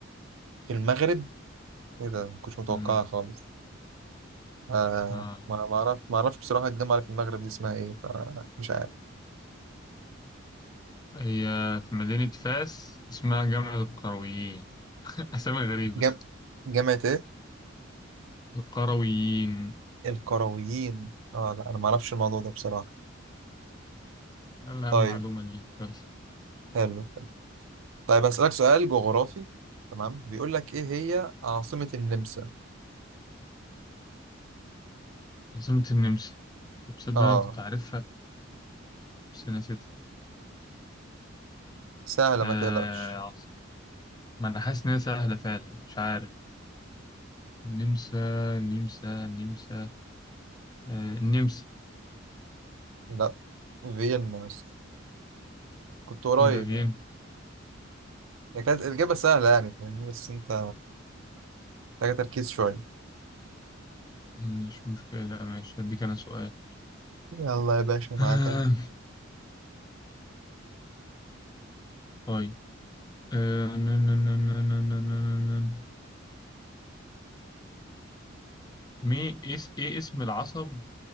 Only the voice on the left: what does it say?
مم.
آه.
هي في مدينة فاس اسمها جامع القرويين <laughs> أسامي غريبة
القرويين
يلا
أهم معلومة لي يلا
عاصمة النمسا تصدق
أنا كنت عارفها بس نسيتها
آه
عاص- ما أنا حاسس إن هي سهلة فعلا مش عارف النمسا النمسا النمسا آه النمسا
يبقى فيينا
مش مشكلة لا ماشي هديك أنا سؤال
<laughs>
طيب آه، نن- نن- نن- نن- نن- نن- نن. مي اس ايه اسم العصب